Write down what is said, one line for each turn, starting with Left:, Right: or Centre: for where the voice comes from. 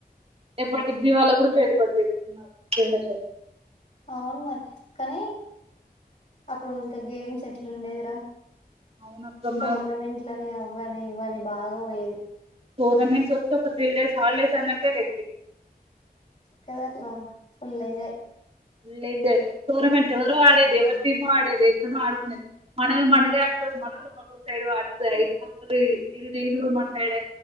Right: రేప్పటికి జీవాల గుంటే <inaudible> జనరేషన్ లో
Left: అవును మరి కానీ అప్పుడు ఇంకా గేమ్స్ ఎట్లుండేదిరా
Right: అవునక్క మన
Left: టోర్నమెంట్ లని అవ <unintelligible> బాగా పోయేది
Right: టోర్నమెంట్ వస్తే ఒక త్రీ డేస్ హాలిడేస్ అన్నట్టే లే
Left: కదట్ల ఫుల్ ఎంజాయ్
Right: లేదు లే టోర్నమెంట్స్ ఎవరో ఆడేది ఎవరి టీం ఆడేది ఎట్టనో ఆడుకునేది మనది మనదే అనుకోని మనలు మనరు సైడ్ ఆడుతు ఇ వీలు కూడా మన సైడే